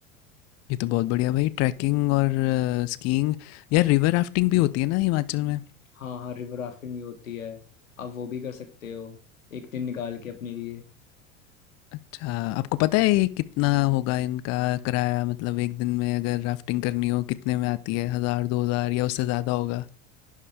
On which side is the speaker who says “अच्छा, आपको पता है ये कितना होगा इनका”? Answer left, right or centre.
Left